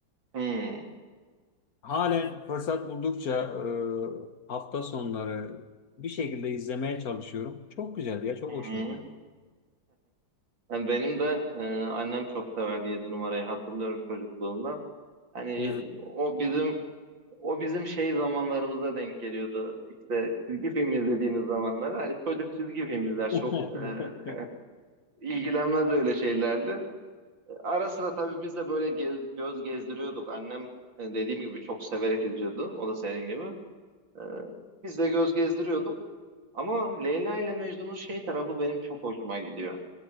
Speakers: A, on the right; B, on the left.
A: Hmm.
B: Halen fırsat buldukça e, hafta sonları bir şekilde izlemeye çalışıyorum. Çok güzeldi ya, çok
A: Hı hı.
B: hoşuma gidiyor.
A: Yani benim de e, annem çok severdi yedi numarayı hatırlıyorum çocukluğumdan. Hani
B: Evet.
A: o bizim o bizim şey zamanlarımıza denk geliyordu. İşte çizgi film izlediğimiz zamanları. Hani çocuk çizgi film izler
B: <laughs>
A: çok e, ilgilenmez öyle şeylerle. Ara sıra tabii biz de böyle gez- göz gezdiriyorduk. Annem e, dediğim gibi çok severek izliyordu. O da senin gibi. E, biz de göz gezdiriyorduk. Ama Leyla ile Mecnun'un şey tarafı benim çok hoşuma gidiyor.